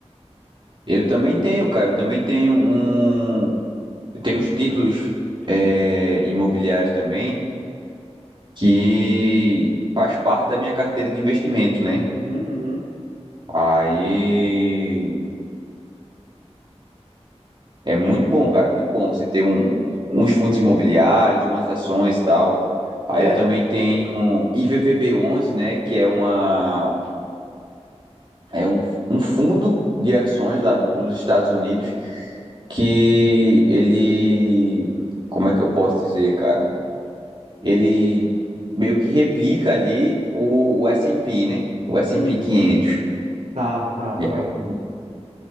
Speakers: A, on the right; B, on the right.
A: Eu também tenho, cara. Eu também tenho um. Eu tenho uns títulos é, imobiliários também que faz parte da minha carteira de investimento, né?
B: Uhum, uhum.
A: Aí É muito bom, cara, muito bom você ter um,
B: Uns
A: uns
B: dividendos.
A: fundos imobiliários, umas ações e tal. Aí
B: É.
A: eu também tenho um IVVB11, né, que é uma é um, um fundo de ações lá do- dos Estados Unidos que ele como é que eu posso dizer, cara? Ele meio que replica ali o, o S&P, né? O S&P
B: Hum,
A: 500.
B: tá, tá,
A: E aí
B: tá.